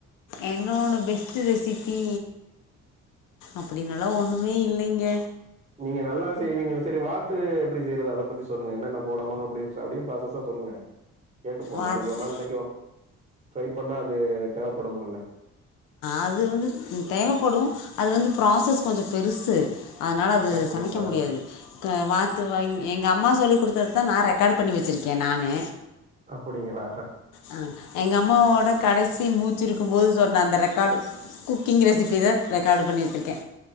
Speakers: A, on the left; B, on the right.
A: என்னோட பெஸ்ட் ரெசிபி அப்டின்னல்லா ஒண்ணு மே இல்லைங்க
B: நீங்க நல்லா செய்வீங்கள சரி வாத்து எப்டி செய்யறது அத பத்தி சொல்லுங்க என்னென்ன போடானும் அப்டி அப்டியே ப்ராசஸா சொல்லுங்க கேட்டுப்போ
A: வாத்து
B: நாளைக்கு ஒரு நாள் இன்னைக்கு ட்ரை பண்ணா அது தேவைப்படுங்கள்ல
A: அது வந்து தேவப்படு அது வந்து ப்ராசஸ் கொஞ்சொ பெருசு அதனால அது
B: அப்டிங்களா
A: சமைக்க முடியாது க வாத்து வாங் எங்க அம்மா சொல்லி் குடுத்தது தா நா ரெக்கார்டு பண்ணி வெச்சுருக்கே நானு
B: அப்படிங்களா
A: ஆ எங்க அம்மாவோட கடைசி மூச்சு இருக்கும் போது சொன்ன அந்த ரெக் காடு குக்கிங் ரெசிபி தா ரெக்கார்டு பண்ணி வெச்சருக்கே